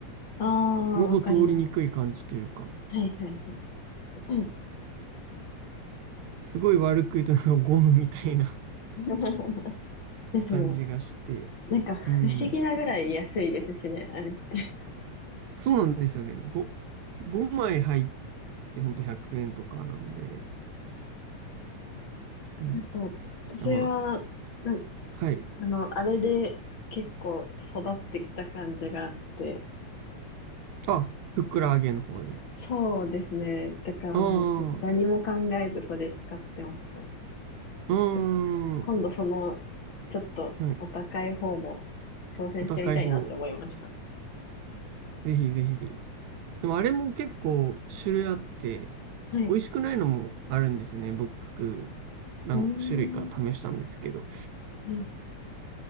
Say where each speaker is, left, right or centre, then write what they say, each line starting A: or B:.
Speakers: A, on the left; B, on the right.
A: ああ、
B: 喉通りにくい感じというか、
A: わかります。はいはいはい。うん
B: すごい悪く言うとなんかゴムみたいな
A: <laughs>
B: <laughs>
A: ですね。
B: 感じがして。
A: なんか、
B: うん。
A: 不思議なぐらい安いですしね、あれって。
B: そうなんですよね。5、5枚入ってほんと100円とかなんで。うん。
A: あと、私は、
B: あま
A: なん
B: あ、はい。
A: あの、あれで結構育ってきた感じがあって、
B: あ、ふっくら揚げの方で。
A: そうですね。だからもう何も考えずそれ使ってました。
B: ああ、うーん。
A: でも、今度その、ちょっとお高い方も挑戦してみたいなって思いました。
B: はい。お高い方、ぜひぜひ。でもあれも結構種類あって、
A: はい。
B: 美味しくないのもあるんですよね。僕、何種類か試したんですけど。
A: うーん。ね、